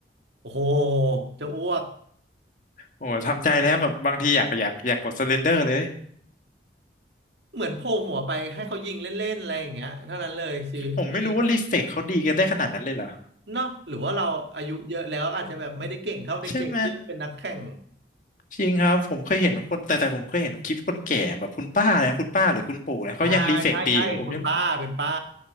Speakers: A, on the right; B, on the left.
A: โอ้โหจะอ้วก
B: โอ้ยทำใจแล้วแบบบางทีอยากอยากอยากกดสเลนเดอร์เลย
A: เหมือนโผล่หัวไปให้เขายิงเล่นๆอะไรอย่างเงี้ยเท่านั้นเลยชีวิตไม่
B: ผมไม่รู้ว่ารีเฟกเขาดีกันได้ขนาดนั้นเลยเหรอ
A: เนาะหรือว่าเราอายุเยอะแล้วอาจจะแบบไม่ได้เก่งเท่าเด็กๆที่เป็นนักแข่ง
B: ใช่ไหมจริงครับผมเคยเห็นคนแต่แต่ผมเคยเห็นคลิปคนแก่แบบคุณป้าเลยนะคุณป้าหรือคุณปู่นะเขายังรีเฟกดีแต่ผมยัง
A: อ่าใช่ใช่คุณป้าเป็นป้า